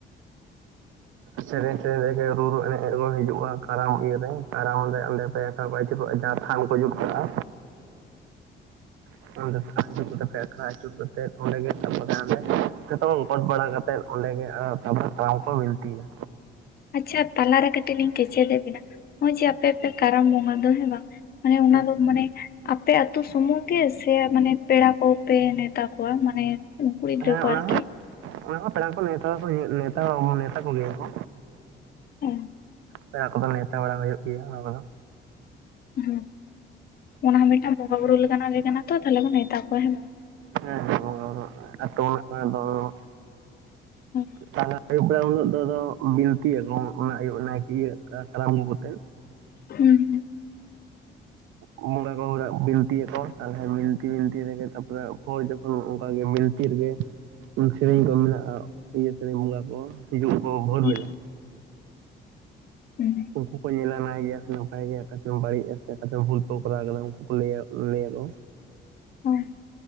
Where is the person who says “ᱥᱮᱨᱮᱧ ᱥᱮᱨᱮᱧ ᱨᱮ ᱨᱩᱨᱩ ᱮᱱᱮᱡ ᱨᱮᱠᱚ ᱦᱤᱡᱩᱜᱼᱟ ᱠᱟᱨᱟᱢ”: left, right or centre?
Right